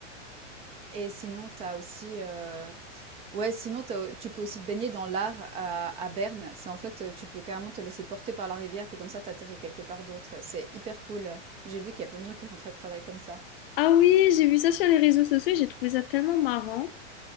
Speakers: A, on the right (about 15°); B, on the left (about 50°).
A: Et sinon, t'as aussi, euh, ouais, sinon t'as- tu peux aussi te baigner dans l'Ar à, à Berne. C'est en fait, euh, tu peux carrément te laisser porter par la rivière, puis comme ça, t'atterris quelque part d'autre. C'est hyper cool. J'ai vu qu'il y a plein de gens qui rentraient de travail comme ça.
B: Ah oui, j'ai vu ça sur les réseaux sociaux, j'ai trouvé ça tellement marrant.